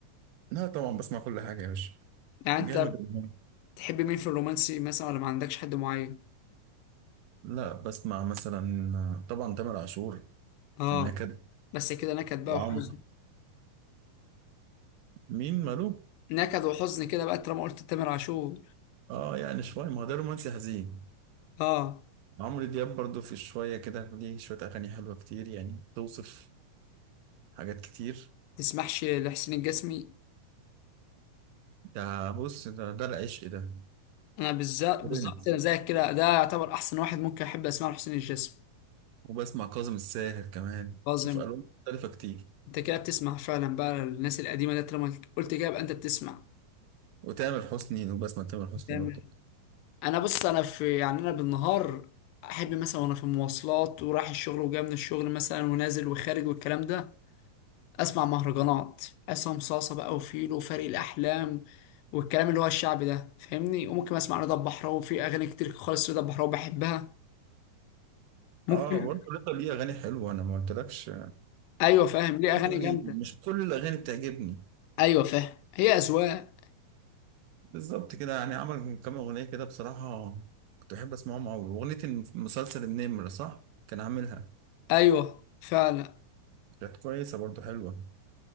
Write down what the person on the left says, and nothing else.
يعني انت
تحب مين في الرومانسي مثلا ولا ما عندكش حد معين
اه
بس كده نكد بقى
وحزن
نكد وحزن كده بقى طالما قلت تامر عاشور
اه
تسمحش لحسين الجسمي
انا بالذات
بالظبط انا زيك كده ده يعتبر احسن واحد ممكن احب اسمعه لحسين الجسمي
عظيم
انت كده بتسمع فعلا بقى الناس القديمه ده طالما قلت كده يبقى انت بتسمع
تمام.
انا بص انا في يعني انا بالنهار احب مثلا وانا في المواصلات ورايح الشغل وجاي من الشغل مثلا ونازل وخارج والكلام ده اسمع مهرجانات عصام صاصه بقى وفيلو وفريق الاحلام والكلام اللي هو الشعبي ده فاهمني وممكن اسمع رضا البحراوي في اغاني كتير خالص رضا البحراوي بحبها ممكن
ايوه فاهم ليه اغاني
جامده
ايوه فاهم هي اذواق
ايوه فعلا